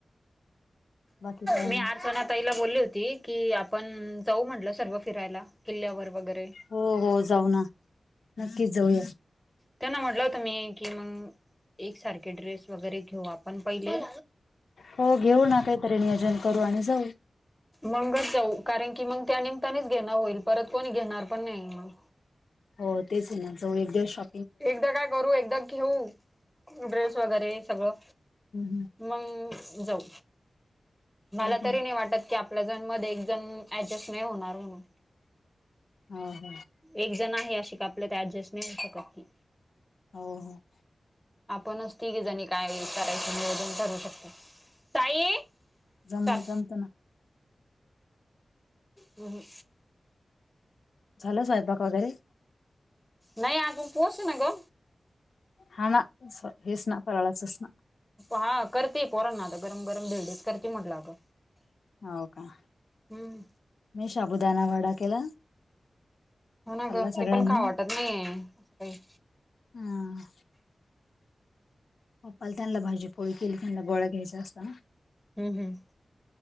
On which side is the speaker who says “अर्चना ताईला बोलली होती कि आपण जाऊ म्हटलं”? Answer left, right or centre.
Centre